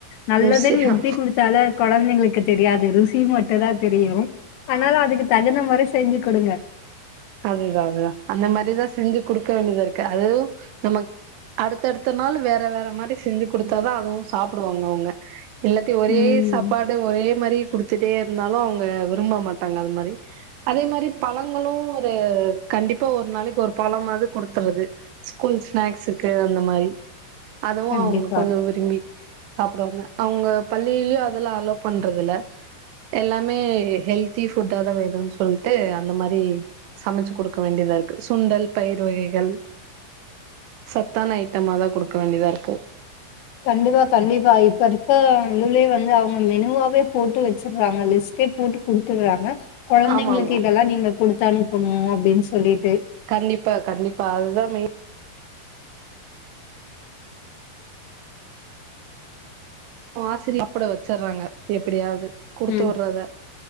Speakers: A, on the left; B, on the right.
A: நல்லதுன்னு
B: ருசியா
A: எப்டி குடுத்தா அல்லா கொழந்தைங்களுக்கு தெரியாது ருசி மட் டுதா தெரியு ஆனாலு
B: ஆமா
A: அதுக்கு தகுந்த மறி செஞ்சு கொடுங்க
B: அதுதா அதுதா அந்த மாரிதா செஞ்சு கொடுக்க வேண்டியதா இருக்கு அதுவு நம்ம அடுத்தடுத்த நாள் வேற வேற மாரி செஞ்சு குடுத்தாதா அதுவு சாப்பிடுவாங்க அவங்க எல்லாத்தையு ஒரே
A: ம்
B: சாப்பாடு ஒரே மாரி குடுத்துட்டே இருந்தாலு அவங்க விரும்ப மாட்டாங்க அது மாரி அதே மாரி பழங்களு இது கண்டிப்பா ஒரு நாளைக்கி ஒரு பழமாவது குடுத்துர்றது ஸ்கூல் ஸ்நாக்ஸுக்கு அந்த மாரி அதுவு
A: கண்டிப்பா
B: அவுங்க கொஞ்சோ விரும்பி சாப்டுவாங்க அவுங்க பள்ளியிலயு அதெல்லா அலோ பண்றது இல்ல எல்லாமே ஹெல்தி ஃபுட்டாதா வேணுன்னு சொல்ட்டு அந்த மாரி சமைச்சி குடுக்க வேண்டியதா இருக்கு சுண்டல் பயர் வகைகள் சத்தான ஐட்டமாதா குடுக்க வேண்டியதா இருக்கு
A: கண்டிப்பா கண்டிப்பா இப்ப இருக்க இதுலயே வந்து அவுங்க மெனுவாவே போட்டு வச்சிர்றாங்க லிஸ்டே போட்டு குடுத்துர்றாங்க கொழந்தைங்களுக்கு
B: ஆமா ஆமா
A: இதெல்லா நீங்க குடுத்தனுப் பனு அப்டின் சொல்லிட்
B: கண்டிப்பா கண்டிப்பா அதுதா ம் ஆசிரியர் சாப்பட வெச்சர்றாங்க எப்டியாது குடுத்துட்றத
A: ம்